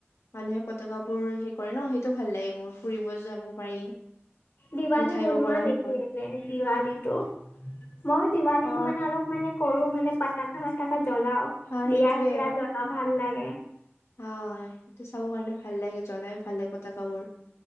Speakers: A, on the left; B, on the left.
A: মানুহে পতকা। বোৰ হেৰি কৰে ন সেইটো ভাল লাগে মোৰ ফুৰিব যাব পাৰি।
B: দিৱালী
A: মিঠাই
B: বনোৱা
A: বগৰা
B: নেকি
A: সেই কৰে
B: যে দিৱালীটো। মই দিৱালীটো
A: অ',
B: মানে অলপ মানে কৰো মানে পতাকা ফতাকা জ্বলাও।
A: হা সেইটোৱে
B: দিয়া চিয়া জ্বলাও ভাল লাগে।
A: আহ সেইটো চাব কাৰণে ভাল লাগে জ্বলাইও ভাল লাগে পতকাবোৰ।